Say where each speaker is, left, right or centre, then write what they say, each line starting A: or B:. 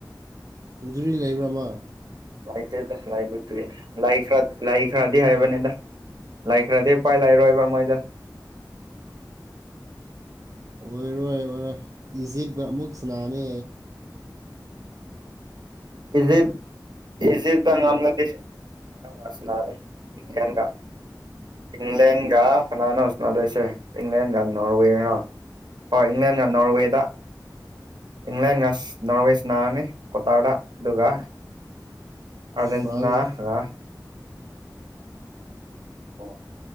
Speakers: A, on the right (about 50°); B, on the right (about 70°).
A: ꯏꯟꯖꯨꯔꯤ ꯂꯩꯕ꯭ꯔꯥꯃ
B: ꯂꯥꯏꯇꯦ ꯇꯁ ꯂꯥꯏꯠꯇ ꯂꯥꯏ ꯂꯥꯏ ꯈꯔꯗꯤ ꯍꯥꯏꯕꯅꯤꯅ ꯂꯩꯈ꯭ꯔꯗꯤ ꯎꯄꯥꯏ ꯂꯩꯔꯣꯏꯕ ꯃꯣꯏꯗꯣ
A: ꯑꯣꯏꯔꯣꯏ ꯑꯣꯏꯔꯣꯏ ꯏꯖꯤꯞꯀ ꯑꯃꯨꯛ ꯁꯥꯟꯅꯅꯤ
B: ꯏꯖꯤꯞ ꯏꯖꯤꯞꯅ ꯉꯝꯂꯗꯤ <unintelligible> ꯏꯪꯂꯦꯟꯒ ꯀꯅꯅꯣ ꯁꯅꯗꯣꯏꯁꯦ ꯏꯪꯂꯦꯟꯒ ꯅꯣꯔꯋꯦꯔꯣ ꯍꯣꯏ ꯏꯪꯂꯦꯟꯅ ꯅꯣꯔꯋꯦꯗ ꯏꯪꯂꯦꯟꯒ ꯅꯣꯔꯋꯦ ꯁꯥꯟꯅꯔꯅꯤ ꯀꯥꯇꯥꯔꯗ ꯑꯗꯨꯒ ꯑꯔꯖꯦꯟꯇꯤꯅꯥ
A: ꯐ꯭ꯔꯥꯟꯁ
B: ꯒ ꯑꯣ